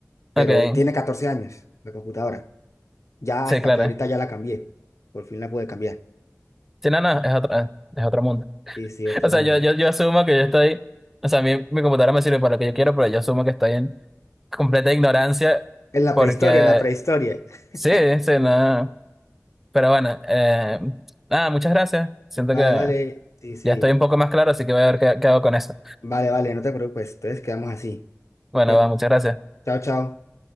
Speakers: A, on the left; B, in the centre.
A: pero
B: Ok,
A: tiene 14 años la computadora. Ya
B: sí,
A: hasta
B: claro.
A: que ahorita ya la cambié. Por fin la pude cambiar.
B: Sí, no, no, es otro, eh, es otro mundo.
A: Sí, sí,
B: <laughs>
A: otro
B: O sea,
A: mundo.
B: yo, yo, yo asumo que yo estoy, o sea, mi, mi computadora me sirve para lo que yo quiero, pero yo asumo que estoy en completa ignorancia
A: En la
B: porque
A: prehistoria, en la prehistoria.
B: sí,
A: <laughs>
B: sí, no. Pero bueno, eh, nada, muchas gracias. Siento
A: Vale,
B: que ya
A: vale. Sí, sí.
B: estoy un poco más claro, así que voy a ver qué, qué hago con eso.
A: Vale, vale, no te preocupes. Entonces quedamos así.
B: Bueno,
A: Cuídate.
B: va, muchas gracias.
A: Chao, chao.